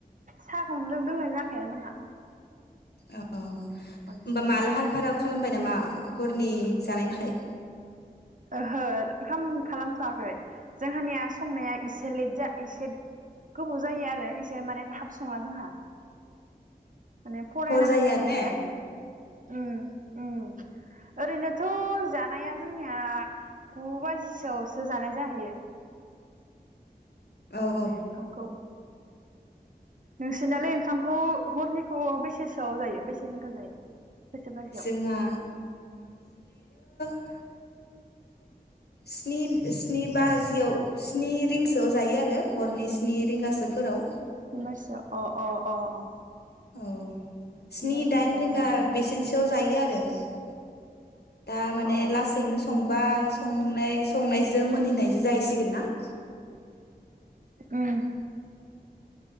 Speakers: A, on the right; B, on the left.
A: साहाखौनो लोंनाय जाखाया जोंहा
B: अ होमबा
A: बांसिनानो
B: मा लाहार फाहारा खालामबाय नामा हरनि जानायनि थाखाय
A: <unintelligible> खालामथ'वाखै जोंहानिया संनाया एसे लेट जा एसे गोबाव जायो आरो एसे माने थाब सङा जोंहा माने फरायनांगौबो
B: हर जायो आरो
A: थायोना
B: ने
A: ओम उम ओरैनो थ' जानाया जोंनिया गु बाजिसोआवसो जानाय जाहैयो
B: औ औ
A: ओंखामखौ नोंसिनालाय ओंखामखौ हरनिखौ बेसेसोआव जायो बेसे रिंगायाव जायो बेसे बाजियाव
B: जोंहा ओ स्नि -स्नि बाजियाव स्नि रिंसोयाव जायो आरो हरनि स्नि रिंगासोफोराव
A: <unintelligible> अ अ अ अ
B: औ
A: थिन
B: स्नि
A: बाजिसोआव
B: दाइन
A: जाबाय
B: रिंगा
A: उम
B: बेसेनसोआव जायो आरो <unintelligible> दा माने
A: अ
B: लासैनो सं बा संनाय संनायजों मोनहैनायजों जाहैसिगोन ना <inaudible>
A: ओम